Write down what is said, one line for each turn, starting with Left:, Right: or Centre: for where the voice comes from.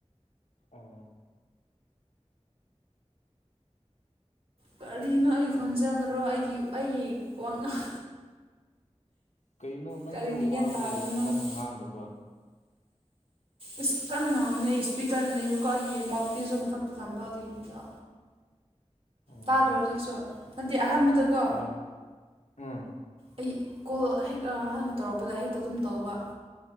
Left: ꯑꯥ
Right: ꯀꯔꯤꯅꯣ ꯑꯩ ꯈꯣꯟꯖꯦꯜꯔꯣ ꯑꯩꯒꯤ ꯑꯩꯒꯤ ꯋꯥꯉꯥꯡ
Left: ꯀꯩꯅꯣ ꯅꯪꯗꯣ
Right: ꯀꯔꯤꯅꯤ ꯒ꯭ꯌꯥꯟ
Left: ꯋꯥꯁꯨ
Right: ꯇꯥꯗꯕꯅꯣ
Left: ꯌꯥꯝ ꯀꯟꯅ
Right: ꯅꯪ
Left: ꯉꯥꯡꯗꯕ
Right: ꯏꯁ ꯀꯟꯅ ꯉꯥꯡꯉꯨꯅꯦ ꯑꯩꯒꯤ ꯏꯁꯄꯤꯀꯔꯅꯅꯦꯕꯀꯣ ꯑꯩꯒꯤ ꯃꯥꯎꯠ ꯄꯤꯁꯁꯨ ꯃꯊꯛꯇ ꯈꯝꯕꯗꯣꯏꯅꯤꯗ
Left: <inaudible> ꯑꯣ
Right: ꯇꯥꯗ꯭ꯔꯣ ꯍꯧꯖꯤꯛꯁꯨ ꯅꯠꯇꯗꯤ ꯑꯍ ꯗꯀꯣ
Left: ꯇꯥꯏ ꯎꯝ
Right: ꯑꯩ ꯀꯣꯜ ꯌꯩ ꯑꯍꯥꯟꯕ ꯇꯧꯔꯛꯄꯗ ꯍꯦꯛꯇ ꯑꯗꯨꯝ ꯇꯧꯕ